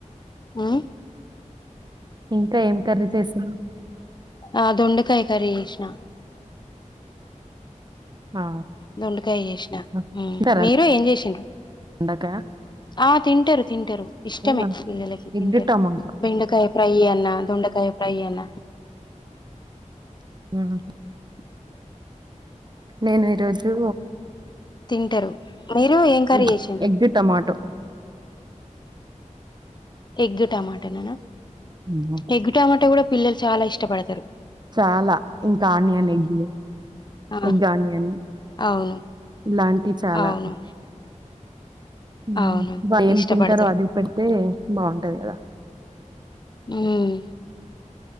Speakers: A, on the left; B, on the right.
A: హ్మ్మ్
B: ఇంకా ఏం కర్రీ చేసాను
A: ఆ దొండకాయ కర్రీ చేసిన
B: ఆ!
A: దొండకాయ చేసిన
B: ఆ! తింటారా
A: మీరు ఏం చేశారు
B: దొండకాయ
A: ఆ తింటారు తింటారు ఇష్టమే
B: ఆ!
A: పిల్లలకి తింటారు
B: ఎగ్, టమాటో.
A: బెండకాయ ఫ్రై అన్న దొండకాయ ఫ్రై అన్న
B: <unintelligible>
A: ఓ
B: నేను ఈరోజు
A: తింటారు మీరు ఏం కరీ
B: ఎగ్
A: చేశారు
B: ఎగ్, టమాటో.
A: ఎగ్ టమాటనానా
B: హుహు.
A: ఎగ్ టమాట కూడా పిల్లలు చాలా ఇష్టపడతరు
B: చాలా ఇంకా ఆనియన్ ఎగ్
A: ఆ
B: ఎగ్ ఆనియన్
A: అవును
B: ఇలాంటి చాలా
A: అవును
B: హ్మ్
A: అవును
B: వాళ్ళెం ఏం
A: ఇష్టపడతారు
B: తింటరో అది పెడితే బాగుంటది కదా
A: మ్మ్